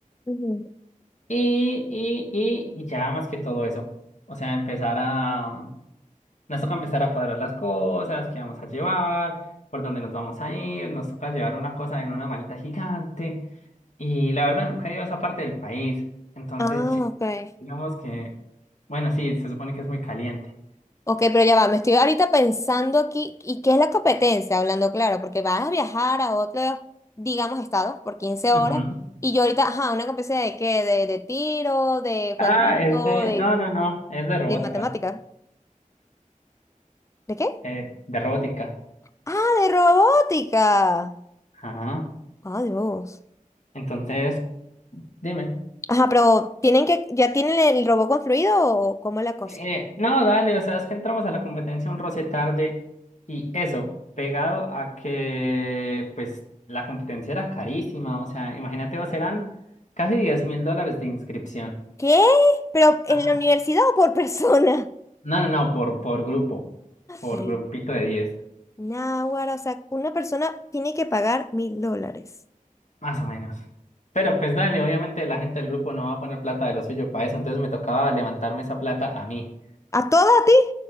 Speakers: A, on the left; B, on the left.
A: Ujú.
B: Y, y, y, y ya más que todo eso. O sea, empezar a... Nos toca empezar a cuadrar las cosas, qué vamos a llevar, por dónde nos vamos a ir. Nos toca llevar una cosa en una maleta gigante. Y la verdad, nunca he ido a esa parte del país. Entonces,
A: Ah,
B: che,
A: ok.
B: digamos que... Bueno, sí, se supone que es muy caliente.
A: Ok, pero ya va, me estoy ahorita pensando aquí, ¿y qué es la competencia? Hablando claro, porque vas a viajar a otro, digamos, estado por quince horas,
B: Ujú.
A: y yo ahorita, ajá, una competencia de qué, de, de tiro, de jueguito,
B: Ah, es de...
A: de,
B: No, no, no, es de robótica.
A: de matemática. ¿De qué?
B: Eh, de robótica.
A: Ah, de robótica.
B: Ajá.
A: Adiós.
B: Entonces, dime.
A: Ajá, pero ¿tienen que, ya tienen el robot construido o cómo es la cosa?
B: Eh, no, dale, o sea, es que entramos a la competencia un roce tarde y eso, pegado a que pues la competencia era carísima, o sea, imagínate, vos eran casi diez mil dólares de inscripción.
A: ¿Qué? ¿Pero en
B: Ajá.
A: la universidad o por <laughs> persona?
B: No, no, no, por, por grupo, por
A: Pero yo-
B: grupito de 10,
A: Náguara, o sea, una persona tiene que pagar mil dólares.
B: más o menos. Pero pues dale, obviamente la gente del grupo no va a poner plata de lo suyo para eso, entonces me tocaba levantarme esa plata a mí.
A: ¿A toda a ti?